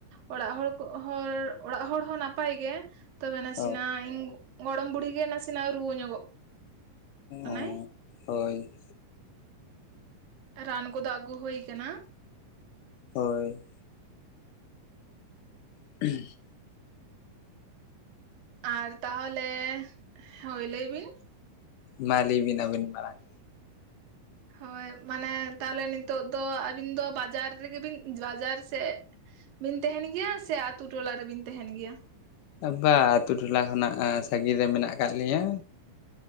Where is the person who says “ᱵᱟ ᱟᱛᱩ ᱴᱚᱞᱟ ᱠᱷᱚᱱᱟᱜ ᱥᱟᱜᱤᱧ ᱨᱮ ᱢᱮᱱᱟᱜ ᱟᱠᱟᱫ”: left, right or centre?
Left